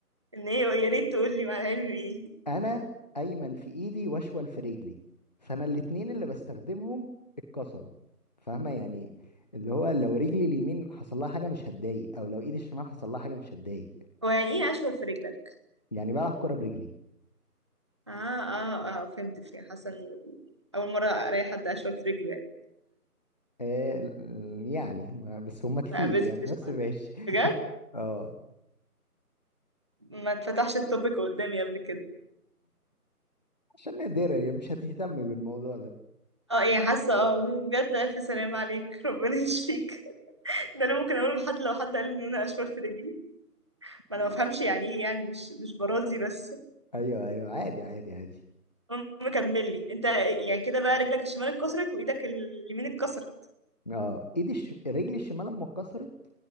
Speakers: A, on the right (about 20°); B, on the left (about 25°).
A: ان ايه يا ريت تقول لي مع العلم ايه
B: انا ايمن في ايدي واشول في رجلي فانا الاتنين اللي بستخدمهم اتكسروا فاهمه يعني اللي هو لو رجلي اليمين حصل لها حاجه مش هتضايق او لو ايدي الشمال حصل لها حاجه مش هتضايق
A: هو يعني ايه اشول في رجلك
B: يعني بلعب كره برجلي
A: اه اه اه فهمت فيها حاسه اني اول مره الاقي حد اشول في رجله يعني
B: آه ال- يعني ما- بس هما كتير
A: ما قابلتش
B: يعني بس
A: حد
B: ماشي
A: بجد
B: اه
A: ما اتفتحش التوبيك قدامي قبل كده
B: عشان نادرة يعني مش هتهتم بالموضوع ده
A: اه ايه حاسه اه بجد الف سلامة عليك ربنا يشفيك <laughs> ده انا ممكن اقوله لحد لو حد قال لي ان انا اشوال في رجلي ما
B: آه،
A: انا ما بفهمش يعني ايه يعني مش مش برازي بس
B: ايوه ايوه عادي عادي عادي
A: المهم كمل لي انت يعني كده بقى رجلك الشمال اتكسرت وايدك اليمين اتكسرت
B: اه ايدي الش... رجلي الشمال لما اتكسرت